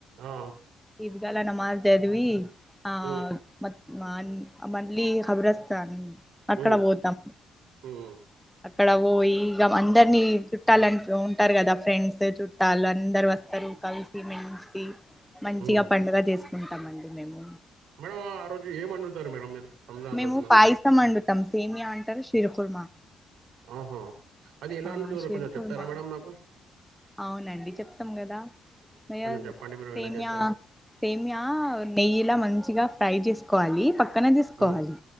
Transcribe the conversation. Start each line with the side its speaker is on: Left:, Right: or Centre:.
Right: ఆ
Centre: ఇద్గాల నమాజ్ చదివి ఆ
Right: ఉమ్
Centre: మ మా మళ్ళీ ఔరస్తా అని అక్కడ
Right: ఉమ్
Centre: పోతాం
Right: ఉమ్
Centre: అక్కడ ఓయి ఇగ అందరినీ చుట్టాలని ఉంటారు కదా ఫ్రెండ్స్ చుట్టాలని అందరు వస్తారు కలిసిమెలిసి మంచిగా
Right: ఉమ్
Centre: పండగ చేసుకుంటామండి మేము
Right: మేడం ఆ రోజు ఏమ్ వండుతారు మేడం మీరు రంజాన్
Centre: మేము
Right: రోజున
Centre: పాయసం వండుతాం సేమియా అంటారు షీర్ కుర్మా
Right: ఆహా అది ఎలా
Centre: ఆ
Right: అండుతారో
Centre: షీర్
Right: కొంచెం
Centre: కుర్మా
Right: చెప్తారా మేడం నాకు
Centre: అవునండి చెప్తాం కదా హయద్
Right: కొంచెం చెప్పండి మీరు
Centre: సేమియా
Right: ఎలా చేస్తారో
Centre: సేమియా నెయ్యిలా మంచిగా ఫ్రై జేస్కోలి పక్కన దీస్కోవాలి
Right: ఉమ్